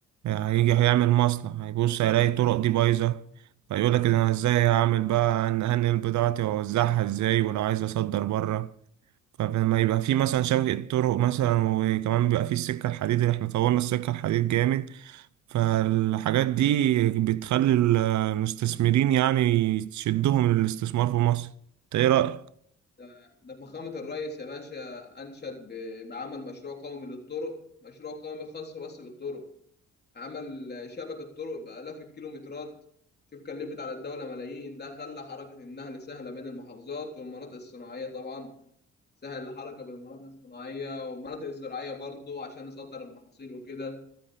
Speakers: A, on the right; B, on the left.
A: هيجي هيعمل مصنع هيبص هيلاقي الطرق دي بايظة فيقول لك انا ازاي هعمل بقى ان هنقل بضاعتي واوزعها ازاي ولو عايز اصدر بره فلما يبقى في مثلا شبكة طرق مثلا وكمان بيبقى في السكة الحديد اللي احنا طورنا السكة الحديد جامد فالحاجات دي بتخلي المستثمرين يعني تشدهم للاستثمار في مصر انت ايه رأيك؟
B: ده, ده فخامه الرئيس يا باشا انشد ب- بعمل مشروع قومي للطرق مشروع قومي خاص بس بالطرق عمل شبكة طرق بآلاف الكيلومترات شوف كلفت على الدولة ملايين ده خلى حركة النقل سهلة بين المحافظات والمناطق الصناعية طبعا سهل الحركة بين المناطق الصناعية والمناطق الزراعية برضو عشان نصدر المحاصيل وكده